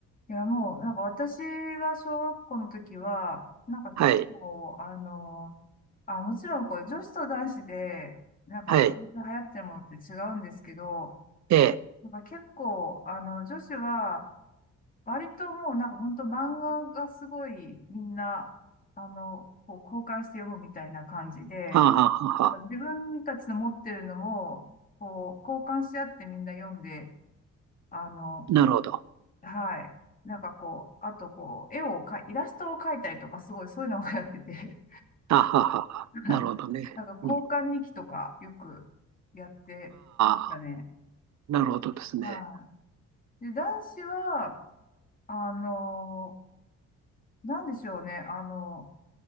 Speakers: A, on the left; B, on the right.
A: い。いや、もう、なんか私が小学校の時は、なんか結構、
B: はい。
A: あの、あ、もちろん、こう、女子と男子で、なんか、
B: はい。
A: 流行ってるものって違うんですけど、
B: ええ。
A: なんか結構、あの、女子は、割ともう、なんか本当漫画がすごい、みんな、あの、こう、交換して読むみたいな感じで、
B: はあ、はあはあはあ、
A: なんか自分たちの持ってるのを、こう、交換し合ってみんな読んで、あの、
B: なるほど。
A: はい。なんかこう、あとこう、絵をかい、イラストを描いたりとか、すごいそういうのがやってて、
B: あ、はあはあはあ、
A: <laughs> はい。
B: なるほどね。
A: なんか交換日記とかよくやってましたね。
B: うん。ああ、なるほどですね。
A: はい。で、男子は、あのーなんでしょうね。あの